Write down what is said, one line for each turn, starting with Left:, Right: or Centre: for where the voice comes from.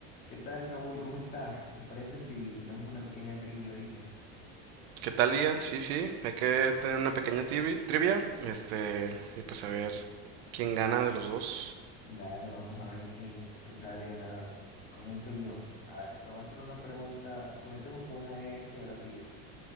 Left: ¿Qué tal, Saúl? ¿Cómo estás? ¿Te parece si tenemos una pequeña trivia ahorita?
Right: ¿Qué tal, Ian? Sí, sí, hay que tener una pequeña tibi- trivia, este, y pues a ver quién gana de los dos,
Left: Dale, vamos a ver quién, quién sale ganador. Comienzo yo. A ver, te voy a hacer una pregunta. Comencemos con una de geografía.